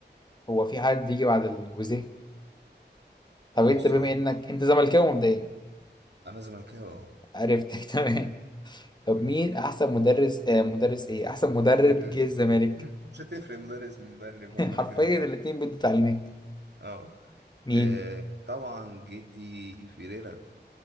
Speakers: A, on the left; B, on the right.
A: هو في حد يجي بعد الجوزيه طب
B: والصراحة
A: انت بما انك انت زملكاوي مبدئيا
B: أنا زملكاوي أهو
A: عرفتك <laughs> تمام طب
B: مم.
A: مين احسن مدرس آه مدرس ايه احسن مدرب
B: <laughs>
A: جه الزمالك
B: مم. مش هتفرق مدرس من مدرب
A: <laughs>
B: هما الاتنين
A: حرفيا
B: واحد
A: الاتنين بيدوا تعليمات
B: اه آه.
A: مين؟
B: آه، طبعا جدي فيريرا